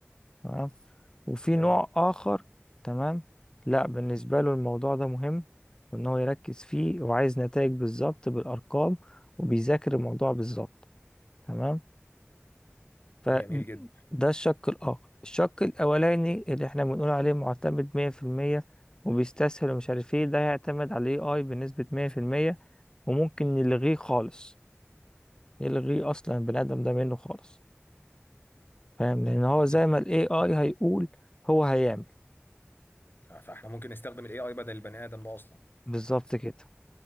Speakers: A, on the left; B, on the left.
A: تمام وفي
B: جميل
A: نوع آخر تمام لا بالنسبة له الموضوع ده مهم وإن هو يركز فيه وعايز نتائج بالظبط بالأرقام وبيذاكر الموضوع بالظبط تمام فده
B: جميل جدا
A: الشق الآخر الشق الأولاني اللي إحنا بنقول عليه معتمد مية في المية وبيستسهل ومش عارف إيه ده هيعتمد على ال AI بنسبة مية في المية وممكن نلغيه خالص نلغيه أصلا البني آدم ده منه خالص فاهم لأن
B: مم،
A: هو
B: عظم
A: زي ما ال AI هيقول هو هيعمل
B: فاحنا ممكن نستخدم الاي اي بدل البني ادم ده اصلا
A: بالظبط كده